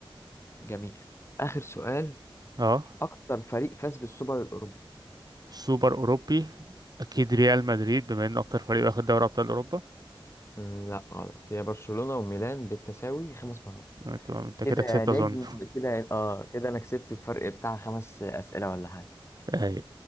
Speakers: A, on the left; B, on the right.
A: جميل آخر سؤال
B: اه
A: أكتر فريق فاز بالسوبر الأوروبي
B: سوبر أوروبي أكيد ريال مدريد بما إنه أكتر فريق واخد دوري أبطال أوروبا
A: مم، لا غلط هي برشلونة وميلان بالتساوي خمس مرات
B: آه، تمام أنت كده
A: كده يا
B: كسبت
A: نجم
B: أظن
A: كده يا- آه كده أنا كسبت بفرق بتاع خمس أسئلة ولا حاجة
B: أيوة